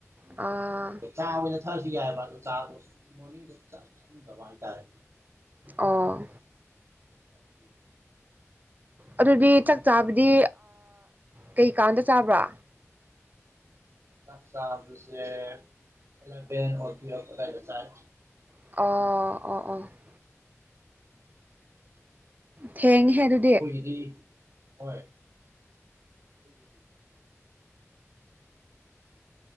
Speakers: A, on the right; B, on the right.
A: ꯑꯥ꯫
B: ꯀꯩꯅꯣꯗꯣ ꯆꯥ ꯑꯣꯏꯅ ꯊꯛꯑꯁꯨ ꯌꯥꯏꯑꯦꯕ ꯑꯗꯣ ꯆꯥꯗꫭ ꯃꫭꯔꯅꯤꯡꯗ ꯆꯥ ꯊꯛꯅꯤꯡꯗꯕ ꯍꯥꯏꯇꯥꯔꯦ꯫
A: ꯑꫭ꯫
B: ꯑꯗꯨꯒꯤ ꯑꯩꯅ
A: ꯑꯗꯨꯗꯤ
B: ꯁꯪꯒꯣꯝ
A: ꯆꯥꯛ ꯆꯥꯕꯗꯤ
B: ꯑꯣꯏꯅ ꯊꯛ
A: ꯀꯩꯀꯥꯟꯗ ꯆꯥꯕ꯭ꯔꯥ꯫
B: ꯆꯥꯛ ꯆꯥꯕꯁꯦ ꯑꯦꯂꯚꯦꯟ ꯑꫭ ꯇꯨꯋꯦꯞ ꯑꯗꯥꯏꯗ ꯆꯥꯑꯦ꯫
A: ꯑꯣ ꯑꯣꯥ ꯑꯣꯥ꯫ ꯊꯦꯡꯍꯦ ꯑꯗꯨ
B: ꯑꯈꯣꯏꯒꯤꯗꯤ ꯍꯣꯏ꯫ ꯑꯈꯣꯏꯒꯤꯗꯤ